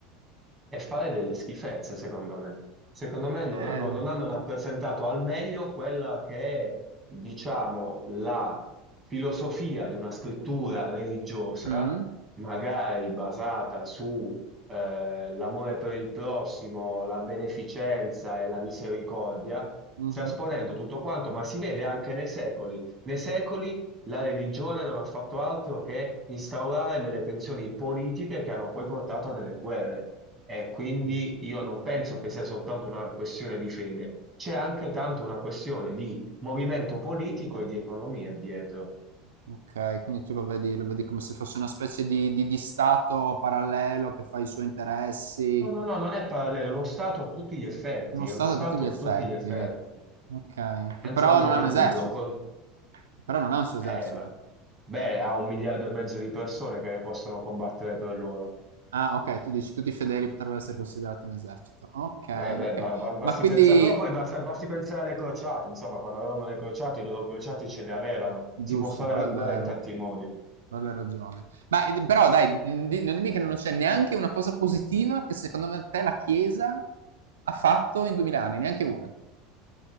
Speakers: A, on the right; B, on the right.
A: e fare delle schifezze, secondo me. Secondo me non
B: Eh.
A: hanno, non hanno rappresentato al meglio quella che è, diciamo, la filosofia di una scrittura religiosa,
B: Mh.
A: magari basata su eh, l'amore per il prossimo, la beneficenza e la misericordia,
B: Mh-mh.
A: trasponendo tutto quanto, ma si vede anche nei secoli. Nei secoli la religione non ha fatto altro che instaurare delle tensioni politiche che hanno poi portato a delle guerre. E quindi
B: Mh.
A: io non penso che sia soltanto una questione di fede, c'è anche tanto una questione di movimento politico e di economia dietro.
B: Okay, quindi tu lo vedi lo vedi come se fosse una specie di di di stato parallelo che fa i suoi interessi.
A: No, no, no, non è parallelo, è uno Stato a tutti gli effetti,
B: Uno stato
A: è uno Stato
B: a tutti gli
A: a
B: effetti.
A: tutti gli effetti,
B: Okay,
A: senza
B: che però
A: ombra
B: non
A: di
B: è un
A: dubbio.
B: esercito,
A: con-
B: che però non ha un suo esercito.
A: eh, ma- beh, ha un miliardo e mezzo di persone che possono combattere per loro.
B: Ah okay, tu dici tutti i fedeli potrebbero essere considerati un esercito. Okay,
A: Eh, beh,
B: okay.
A: ba- ba- basti
B: Ma quindi
A: pensare, però poi basta- basti pensare alle crociate, insomma, quando avevano le crociate, i loro crociati ce le avevano,
B: Giusto,
A: si può fare
B: quello
A: la guerra
B: è vero.
A: in tanti modi.
B: Quella hai ragione. Ma eh, però dai, mh, di- non dimmi che non c'è neanche una cosa positiva che secondo me te la Chiesa ha fatto in 2000 anni, neanche una.